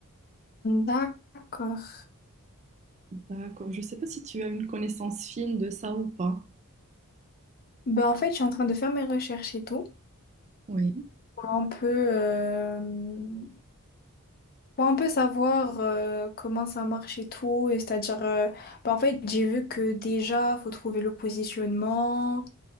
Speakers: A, on the left; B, on the right.
A: d'accord.
B: D'accord. Je ne sais pas si tu as une connaissance fine de ça ou pas.
A: Bah, en fait, je suis en train de faire mes recherches et tout.
B: Oui,
A: Pour un peu euh, bon, on peut savoir euh, comment ça marche et tout. Et c'est-à-dire, euh, bah, en fait, j'ai vu que déjà, faut trouver le positionnement,